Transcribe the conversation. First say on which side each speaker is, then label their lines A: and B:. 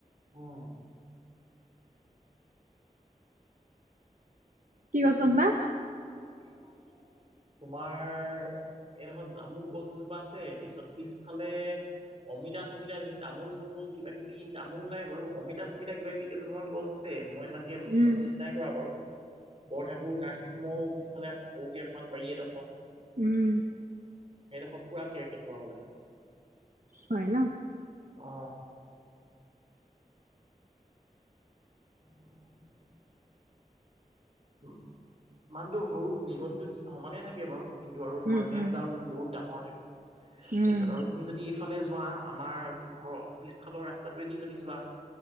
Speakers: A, on the right (about 45°); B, on the right (about 70°).
A: হয়।
B: কি গছত
A: অ
B: বা?
A: তোমাৰ এইডখত জামুক গছ এজোপা আছে তাৰপিছত পিছফালে। অমিতা- চমিতা তামোল -চামোল কিবা -কিবি তামোল নাই বাৰু অমিতা চমিতা কিবা -কিবি কেইজোপামান গছ গছে মই ইমানকে
B: উম,
A: নটিচ নাই কৰা বাৰু। বৰঠাকুৰ নাৰ্ছিং হোমৰো পিফালে সৰুকে অকমান বাৰী এডখ আছে।
B: উম।
A: সেইডখত পূৰা কেৰ্কেটুৱা ওলাই।
B: হয় ন।
A: অ। অ। উ মানুহটো সৰু নিগনিটো সমানে থাকে বাৰু। কিন্তু আৰু তোমাৰ
B: উম,
A: নেজডাল
B: উম,
A: বহুত ডাঙৰ থাকে। তাৰপিছত
B: উম,
A: আৰু তুমি যদি পিছফালে যোৱা আমাৰ ঘৰৰ পিছফালৰ ৰাস্তাটোৱেদি যদি যোৱা।